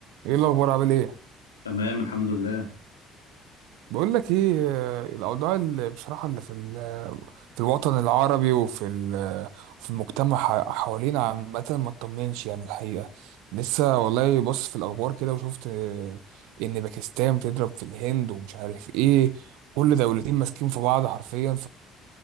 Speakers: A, on the right; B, on the left.
A: ايه الاخبار عامل ايه
B: تمام الحمد لله
A: بقول لك ايه آه، الاوضاع اللي بصراحه اللي في ال- في الوطن العربي وفي ال- في المجتمع ح- حوالينا عامه ما تطمنش يعني الحقيقه لسه والله بص في الاخبار كده وشفت آه، ان باكستان بتضرب في الهند ومش عارف ايه كل دولتين ماسكين في بعض حرفيا